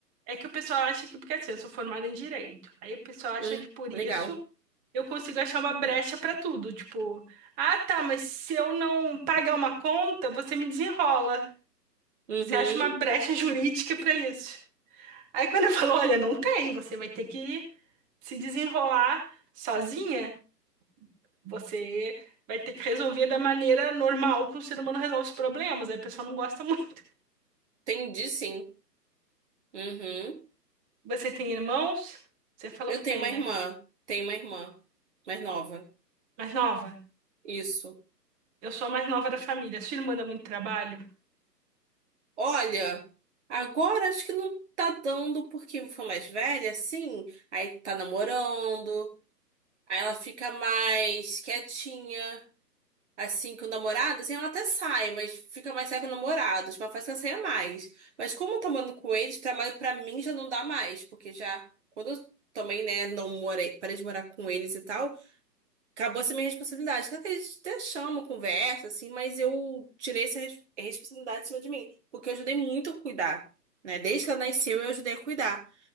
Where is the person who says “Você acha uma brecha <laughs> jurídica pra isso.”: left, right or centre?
Right